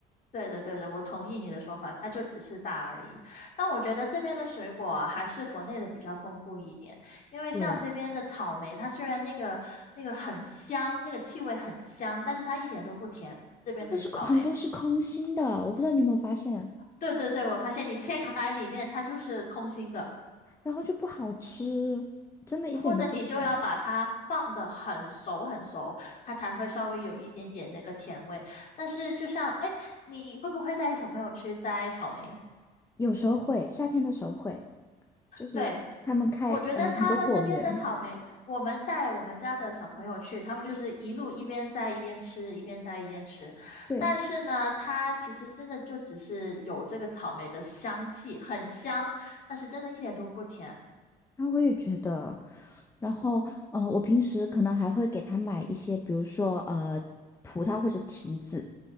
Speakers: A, on the left; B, on the left.
A: 对的，对的，我同意你的说法，它就只是大而已。但我觉得这边的水果啊还是国内的比较丰富一点，因为像这边的草莓，
B: 对，啊
A: 它虽然那个那个很香，那个气味很香，但是它一点都不甜，这边的草莓。
B: 但是很多是空心的，我不知道你有没有发现。
A: 对对对，我发现你切开来里面它就是空心的。
B: 然后就不好吃，真的一点都不甜。
A: 或者你就要把它放得很熟很熟，它才会稍微有一点点那个甜味。但是就像，哎，你会不会带小朋友去摘草莓？
B: 有时候会，夏天的时候会，就是他们开呃很多果园，
A: 对，我觉得他们那边的草莓，我们带我们家的小朋友去，他们就是一路一边摘一边吃，一边摘一边吃。
B: 对，
A: 但是呢，它其实真的就只是有这个草莓的香气，很香，但是真的一点都不甜。
B: 然后我也觉得，然后呃我平时可能还会给他买一些，比如说呃葡萄或者提子，